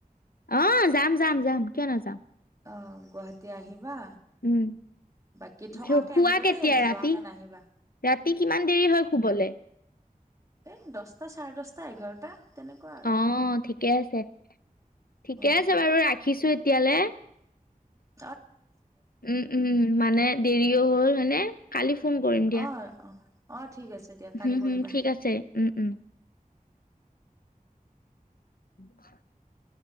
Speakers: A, on the left (about 80°); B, on the right (about 20°).
A: অহ, যাম যাম, যাম কিয় ন যাম।
B: অ', গুৱাহাটী আহিবা।
A: উম।
B: বাকী থকাকে
A: শু- শুৱা
B: আহিবা
A: কেতিয়া
B: দেই
A: ৰাতি?
B: যোৱাকে নাহিবা।
A: ৰাতি কিমান দেৰি হয় শুবলৈ।
B: এ দহটা চাৰে দশটা এঘাৰটা। তেনেকুৱা আৰু
A: অ', ঠিকে আছে, ঠিকে
B: উম
A: আছে, বাৰু ৰাখিছো এতিয়ালৈ।
B: উ।
A: উম, উম মানে দেৰিও হ'ল হনে কালি ফোন কৰিম দিয়া।
B: অ অ অ ঠিক আছে দিয়া কালি
A: হুম,
B: কৰিবা।
A: হুম, ঠিক আছে। উম, উম। <unintelligible>